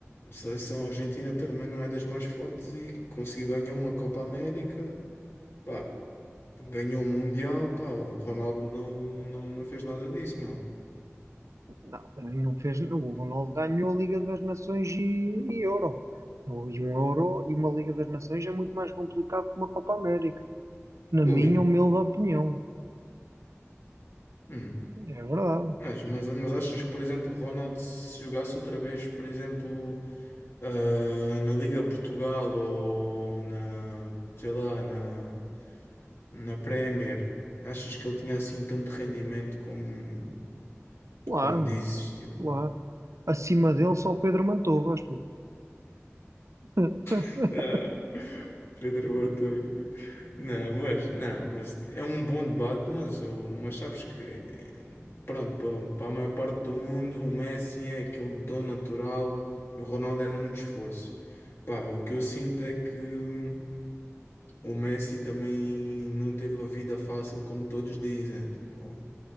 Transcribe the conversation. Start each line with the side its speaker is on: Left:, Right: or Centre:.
Left: a seleção argentina também não é das mais fortes e conseguiu ganhar uma Copa América. Pá, ganhou o Mundial, pá, o Ronaldo não, não, não fez nada disso, meu.
Right: Não, não fez. O Ronaldo ganhou a Liga das Nações e, e Euro. E um Euro e uma Liga das Nações é muito mais complicado que uma Copa América. Na
Left: Ui,
Right: minha humilde opinião.
Left: hum.
Right: É verdade.
Left: Mas, mas, mas achas que, por exemplo, o Ronaldo se jogasse outra vez, por exemplo, ah, na Liga Portugal ou na, sei lá, na, na Premier, achas que ele tinha assim tanto rendimento como,
Right: Claro,
Left: como
Right: mano.
Left: dizes, tipo?
Right: Claro. Acima dele só o Pedro Mantovas. pô. <laughs>
Left: <laughs> Ah, Pedro Botelho. Não, mas, não, mas é um bom debate, mas, o, mas sabes que, eh, pronto, para, para a maior parte do mundo, o Messi é aquele dom natural e o Ronaldo é muito esforço. Pá, o que eu sinto é que hum, o Messi também não teve a vida fácil como todos dizem. Tipo,